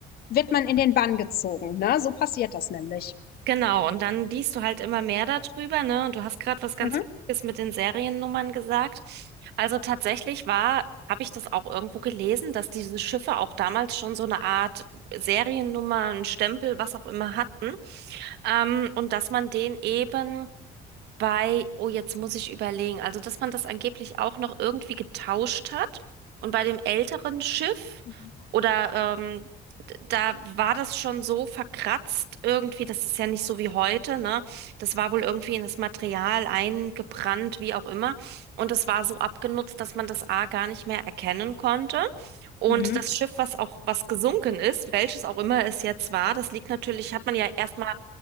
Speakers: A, on the left; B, on the right.
A: wird man in den Bann gezogen. Ne? So passiert das nämlich.
B: Genau, und dann liest du halt immer mehr darüber, ne? Und du hast gerade was ganz
A: Mhm.
B: Wichtiges mit den Seriennummern gesagt. Also tatsächlich war, habe ich das auch irgendwo gelesen, dass diese Schiffe auch damals schon so eine Art Seriennummer, einen Stempel, was auch immer hatten. Ähm, und dass man den eben bei, oh, jetzt muss ich überlegen, also dass man das angeblich auch noch irgendwie getauscht hat. Und bei dem älteren Schiff
A: Mhm.
B: oder ähm, da war das schon so verkratzt irgendwie, das ist ja nicht so wie heute, ne? Das war wohl irgendwie in das Material eingebrannt, wie auch immer. Und es war so abgenutzt, dass man das A gar nicht mehr erkennen konnte. Und
A: Mhm.
B: das Schiff, was auch, was gesunken ist, welches auch immer es jetzt war, das liegt natürlich, hat man ja erstmal